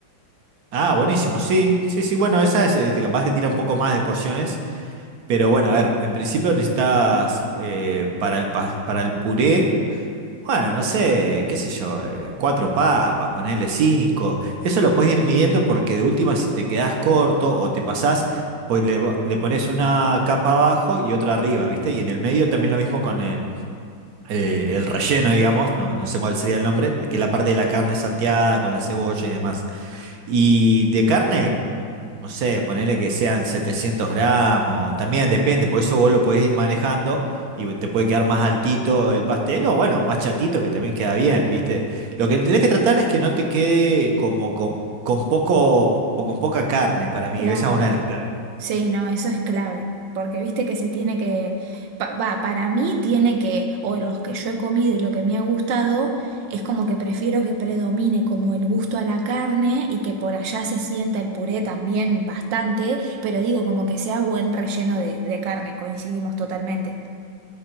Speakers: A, on the right; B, on the right.
A: Ah, buenísimo, sí, sí, sí, bueno, esa es, eh, capaz te tira un poco más de porciones. Pero bueno, a ver, en principio necesitas eh, para el, pas- para el puré, bueno, no sé, qué sé yo, eh, cuatro papas, ponerle cinco. Eso lo puedes ir midiendo porque de última si te quedás corto o te pasás, pues le, va- le pones una capa abajo y otra arriba, ¿viste? Y en el medio también lo mismo con el, eh, el relleno, digamos, no, no sé cuál sería el nombre, de que es la parte de la carne salteada con la cebolla y demás. Y de carne, no sé, ponele que sean 700 gramos, también depende, por eso vos lo podés ir manejando y te puede quedar más altito el pastel o bueno, más chatito que también queda bien, ¿viste? Lo que tenés que tratar es que no te quede como con, con poco, con poca carne para mí,
B: Claro.
A: esa es una de las claves.
B: Sí, no, eso es clave, porque viste que se tiene que, pa- va, para mí tiene que, o los que yo he comido y lo que me ha gustado, es como que prefiero que predomine como el gusto a la carne y que por allá se sienta el puré también bastante, pero digo como que sea buen relleno de, de carne, coincidimos totalmente.